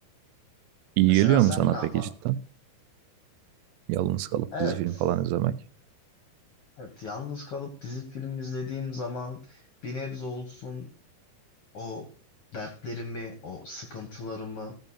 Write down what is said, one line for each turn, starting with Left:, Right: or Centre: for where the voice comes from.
Right: İyi
Left: Mesela
Right: geliyor
Left: sen
Right: mu sana
Left: ne
Right: peki
Left: yapardın?
Right: cidden? Yalnız kalıp
Left: Evet.
Right: dizi film falan izlemek.
Left: Evet, yalnız kalıp dizi film izlediğim zaman bir nebze olsun o dertlerimi, o sıkıntılarımı